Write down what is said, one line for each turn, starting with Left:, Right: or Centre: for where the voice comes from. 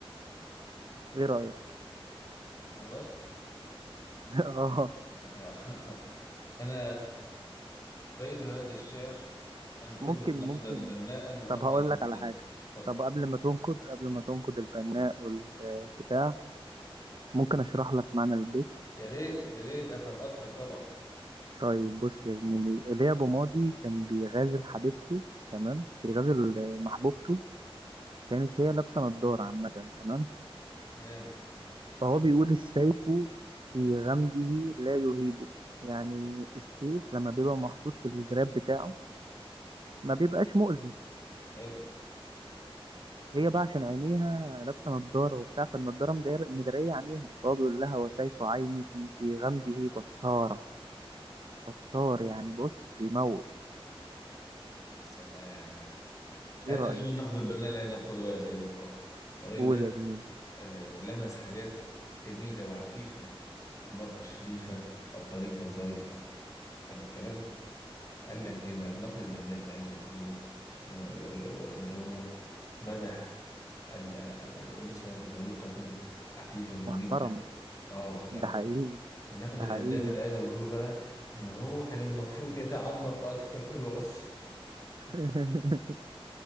Right: ايه رأيك
Left: خلصت
Right: <laughs> اه
Left: <laughs> انا بيت هذا الشعر انقده
Right: ممكن
Left: نقدا
Right: ممكن
Left: بناء ونقدا
Right: طب هقول
Left: هنيئا
Right: لك على حاجة
Left: اتفضل
Right: طب قبل ما تنقد قبل ما تنقد البناء والبتاع ممكن اشرح لك معنى البيت
Left: يا ريت يا ريت افهم اكتر طبعا
Right: طيب بص يا زميلي ايليا ابو ماضي كان بيغازل حبيبته تمام بيغازل آه، محبوبته كانت هي لابسه نضاره عامه تمام
Left: تمام
Right: فهو بيقول السيف في غمده لا يهيبه يعني السيف لما بيبقى محطوط في الجراب بتاعه ما بيبقاش مؤذي
Left: حلو
Right: هي بقى عشان عينيها لابسه نضاره وبتاع فالنضاره مدار- مدريه عينيها فهو بيقول لها وسيف عينك في غمده بطاره بطار يعني بص بيموت
Left: سلام هذا
Right: ايه رايك
Left: هو النقد البناء اللي عايز انقده بقى يا سيد الفاضل الراجل
Right: قول
Left: ده
Right: يا زميلي
Left: آه، لمس حاجات جميله وعفيفه في المراه الشريفه الطريفه الظريفه حلو الكلام قال لك ايه بقى النقد البناء اللي عايز اقوله له اللي هو مدح ال- ال- الانثى بطريقه عفيفه جدا
Right: محترمه
Left: اه محترم
Right: ده حقيقي
Left: النقد
Right: ده
Left: الهدام
Right: حقيقي
Left: اللي عايز اقوله له بقى ان هو كان المفروض يتعمق اكتر في الوصف
Right: <laughs>